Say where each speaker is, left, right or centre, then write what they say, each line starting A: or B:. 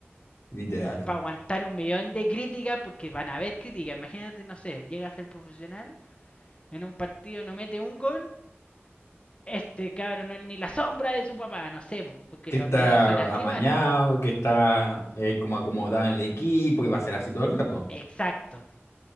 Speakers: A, on the left; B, on the left.
A: literal.
B: para aguantar un millón de críticas, porque van a haber críticas. Imagínate, no sé, llega a ser profesional, en un partido no mete un gol, este cabrón no es ni la sombra de su papá, no sé, porque
A: Que
B: los
A: está
B: medios son así
A: amañado,
B: igual.
A: que está eh, como acomodado en el equipo y va a ser así todo el rato.
B: Exacto.